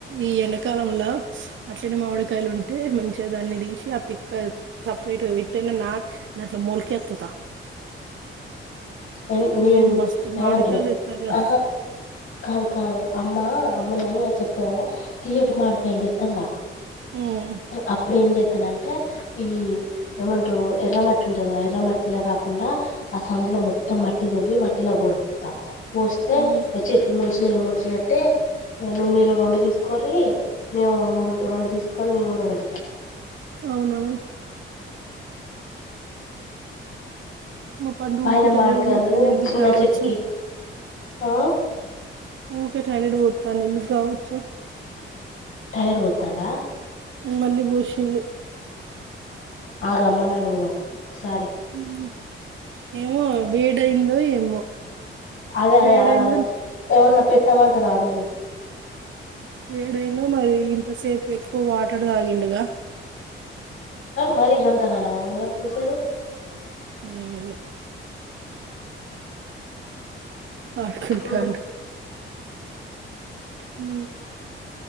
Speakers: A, on the right (about 65°); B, on the left (about 75°).
A: ఈ ఎండాకాలంలో అట్లంటి మామిడికాయలు ఉంటే మంచిగా దాన్ని తీసి ఆ పిక్క సపరేట్ పెట్టనే నాట్ దాంట్లో మోల్కెత్తుతా
B: <inaudible> ఎ నన్
A: ఏం మస్తు మామిడికాయలు
B: ఎమంటారు
A: తెత్తారుగా
B: ఆహా కాదు కాదు అమ్మా అమ్మ ని చెప్తా కదా తియ్యటి మాడికాయలు దేత్తం గ
A: ఉమ్
B: అప్పుడ ఏం చే అతన అంటే ఈ ఏమంటారు ఎర్రమట్టి ఉంటుంది కదా ఎర్రమట్టిలో కాకుండా ఆ సందులో మొ మొత్తం మట్టి దువ్వి మట్టిలా పోత్త పోస్తే
A: ఉహు
B: చెట్లు మొలిసి నే మసినయితే నువ్వు మీరు రెండు తీసుకోర్రి మేము మూడు రెండు తీసుకొని మేము ఎడుక
A: అవునవు మా పండుగకి
B: పైన
A: టైపోతుండి
B: మాడికాయలు
A: ఎందుకు
B: చిన్న
A: కావచ్చు
B: చెట్టుకి ఆ
A: ఊకే టాయిలెట్ పోతాంది ఎందుకు కావచ్చు
B: టాయిలెట్ పొత్తండా
A: మళ్ళీ పోషిండు
B: ఆగా అమ్మని అడుగుదా సారీ
A: ఉమ్. ఏమో వేడయిందో ఏమో
B: అదే అదే
A: వేడైందో
B: ఎమన్నా పెట్టామంటదో అడుగుదం
A: వేడైందో మరి ఇంతసేపు ఎక్కువ వాటర్ తాగిండుగా
B: మరి గన్ంతగాానా వదినకు పూసేది
A: ఏమొ ఇగ ఆదుకుంటండు
B: ఉహు
A: డ్ హు